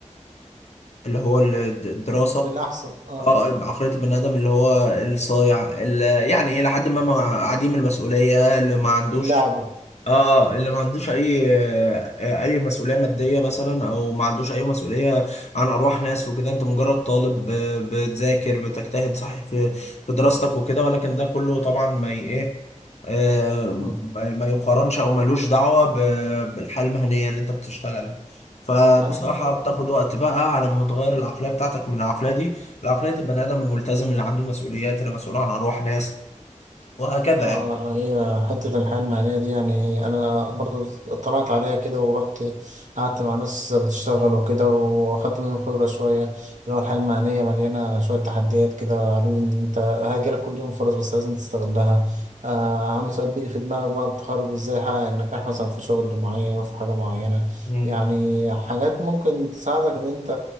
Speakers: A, on the left; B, on the right.
A: اللي هو الد- الدراسة
B: للاحسن اه
A: اه
B: اه
A: بعقلية
B: اه
A: البني آدم اللي هو الصايع اللي يعني إلى حد ما مع-
B: مم.
A: عديم المسؤولية اللي ما عندوش
B: اللعبي
A: اه آه، اللي ما عندوش اي آه، اي مسؤوليه ماديه مثلا او ما عندوش اي مسؤوليه عن ارواح ناس وكده انت مجرد طالب آه، بتذاكر بتجتهد صحيح في في دراستك وكده ولكن ده كله طبعا ما ي- ايه آه،
B: مم.
A: ما ما يقارنش او ملوش دعوه ب- بالحياه المهنيه اللي انت بتشتغلها فبصراحه
B: انا
A: بتاخد وقت بقى على ما تغير العقليه بتاعتك من العقليه دي لعقليه البني ادم الملتزم اللي عنده مسؤوليات اللي مسؤول عن ارواح ناس وهكذا
B: اه
A: يعني
B: آه، هي حتة الحياة المهنية دي يعني أنا برضو اطلعت عليها كده ورحت قعدت مع ناس بتشتغل وكده وأخدت منهم خبرة شوية اللي هو الحياة المهنية مليانة شوية تحديات كده قالوا لي إن أنت هيجيلك كل يوم فرص بس لازم تستغلها آه، أهم سؤال بيجي في دماغك بعد التخرج إزاي أحقق النجاح مثلا في شغل معين في حاجة معينة
A: مم.
B: يعني حاجات ممكن تساعدك إن أنت